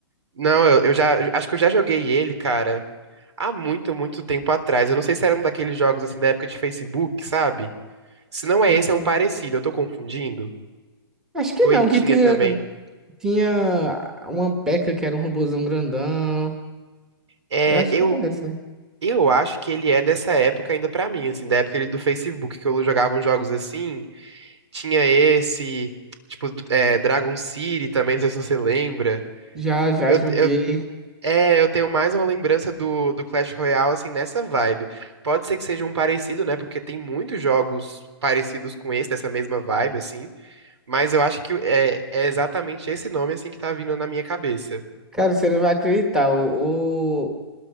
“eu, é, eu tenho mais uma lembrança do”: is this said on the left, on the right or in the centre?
Right